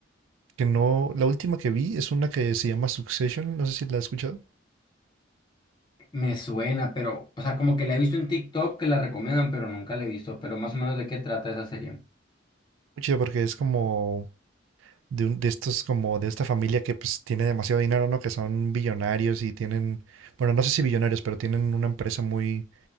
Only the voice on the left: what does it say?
Me suena, pero, o sea, como que la he visto en TikTok que la recomiendan, pero nunca la he visto. Pero más o menos de qué trata esa serie.